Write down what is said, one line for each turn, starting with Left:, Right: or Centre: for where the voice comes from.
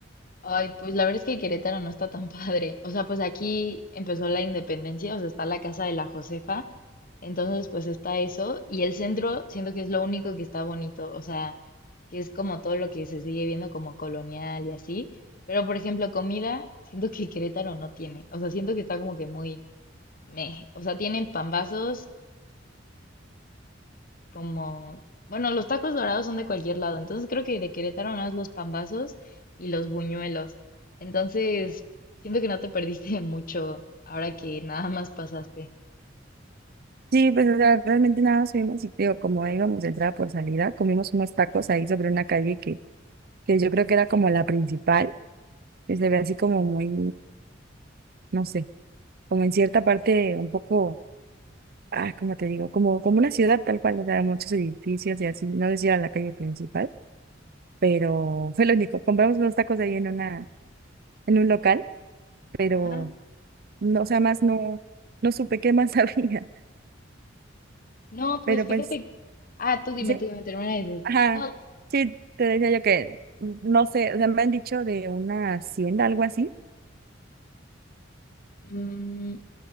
Left: Ay, pues la verdad es que Querétaro no está tan <laughs> padre. O sea, pues aquí empezó la independencia, o sea, está la casa de la Josefa. Entonces, pues está eso. Y el centro, siento que es lo único que está bonito. O sea, que es como todo lo que se sigue viendo como colonial y así. Pero, por ejemplo, comida, siento que Querétaro no tiene. O sea, siento que está como que muy meh. O sea, tienen pambazos como, bueno, los tacos dorados son de cualquier lado, entonces creo que de Querétaro nada más los pambazos y los buñuelos. Entonces, siento que no te perdiste <laughs> de mucho ahora que nada más pasaste.
Right: Sí, pues o sea, realmente nada, más fuimos y te digo, como íbamos de entrada por salida, comimos unos tacos ahí sobre una calle que, que yo creo que era como la principal, que se ve así como muy, no sé, como en cierta parte un poco, ah, ¿cómo te digo? Como, como una ciudad tal cual, o sea, muchos edificios y así, no decía la calle principal. pero fue lo único. Compramos unos tacos ahí en una, en un local, pero
Left: Ajá.
Right: no, o sea, más no, no supe qué más <laughs> había.
Left: No, pues
Right: Pero
Left: fíjate.
Right: pues,
Left: Ah, tú dime,
Right: sí,
Left: tú dime, termina de decir.
Right: ajá,
Left: No,
Right: sí, te decía yo que no sé, o sea, me han dicho de una hacienda, algo así.
Left: mm,